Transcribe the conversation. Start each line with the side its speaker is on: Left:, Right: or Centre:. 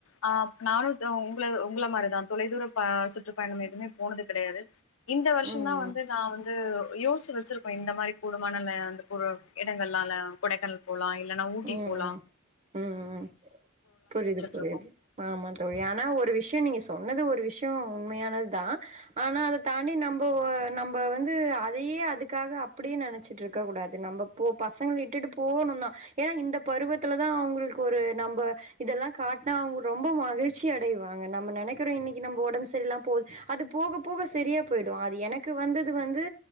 Left: ஆ நானும் உங்கள உங்கள மாதிரிதான் தொலைதூர சுற்றுப்பயணம் எதுவுமே போனது கிடையாது இந்த வருஷம்
Right: ம்
Left: சின்னா வந்து நான் வந்து யோசிச்சு வச்சிருக்பேன் இந்த மாதிரி கூடுமான அந்த இடங்கள்லால கொடைக்கானல் போலாம் இல்லைன்னா ஊட்டி
Right: ம் ம்
Left: போலாம்
Right: ம் - ம் புரியுது- புரியுது
Left: இருக்கோ
Right: ஆமா தோழி ஆனா ஒரு விஷயம் நீங்க சொன்னது ஒரு விஷயம் உண்மையானது தான் ஆனா அதை தாண்டி நம்ப நம்ப வந்து அ அதையே அதுக்காக அப்புடியே நெனச்சிட்ருக்க கூடாது நம்ப போ பசங்கள இட்டுட்டு போணும் தா ஏன்னா இந்த பருவத்துல தா அவங்களுக்கு ஒரு நம்ப இதெல்லா காட்னா அவங்க ரொம்ப மகிழ்ச்சி அடைவா ங்க நம்ம நெனைக்கிறோம் இன்னைக்கி நம்போ ஒடம்பு சரி இல்லாம போது அது போக போக செரியா போயிடும் அது எனக்கு வந்தது வந் து